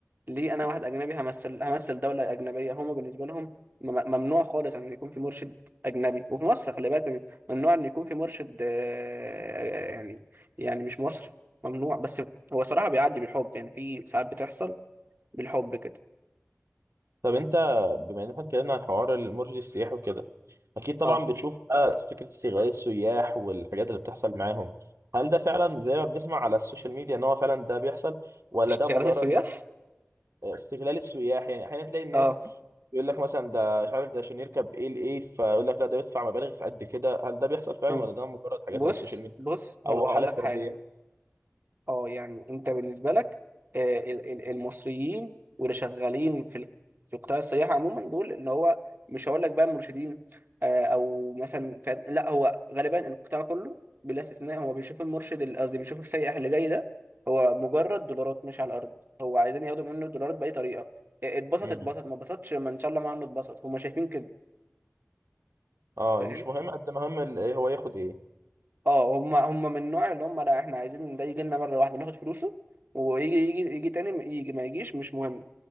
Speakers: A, on the right; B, on the right.
A: ليه انا واحد اجنبي همثل همثل دوله اجنبيه هما بالنسبه لهم مم- ممنوع خالص ان يكون في مرشد اجنبي وفي مصر خلي بالك ممنوع ان يكون في مرشد آه، آه، يعني يعني مش مصري ممنوع بس هو صراحه بيعدي بالحب يعني في ساعات بتحصل بالحب كده
B: طب انت بما ان احنا اتكلمنا عن حوار المرشد السياحي وكده اكيد طبعا
A: اه
B: بتشوف بقى فكره استغلال السياح والحاجات اللي بتحصل معاهم هل ده فعلا زي ما بنسمع على السوشيال ميديا ان هو فعلا ده بيحصل ولا
A: اشتغالات
B: ده مجرد
A: السياح
B: بس استغلال السياح يعني احيانا تلاقي الناس
A: اه
B: يقول لك مثلا ده مش عارف ده عشان يركب ايه لايه فيقول لك لا ده بيدفع مبالغ قد كده هل ده بيحصل فعلا
A: مم.
B: ولا ده مجرد حاجات
A: بص
B: على السوشيال ميديا
A: بص هو
B: او
A: هقول
B: حالات
A: لك
B: فرديه
A: حاجه اه يعني انت بالنسبه لك آه، ال- ال- المصريين واللي شغالين في ال- في قطاع السياحه عموما دول اللي هو مش هقول لك بقى مرشدين آه، او مثلا ف- لا هو غالبا القطاع كله بلا استثناء هو بيشوف المرشد اللي- قصدي بيشوف السائح اللي جاي ده هو مجرد دولارات مش على الارض هو عايزين ياخدوا منه الدولارات باي طريقه آه، اتبسط
B: امم
A: اتبسط ما اتبسطش ما ان شاء الله ما عنه اتبسط هم شايفين كده
B: اه
A: فاهم
B: مش مهم قد ما هم ال- ايه هو ياخد ايه
A: اه هم هم من النوع اللي هم لا احنا عايزين ده يجي لنا مره واحده ناخد فلوسه ويجي يجي يجي تاني ما يجي ما يجيش مش مهم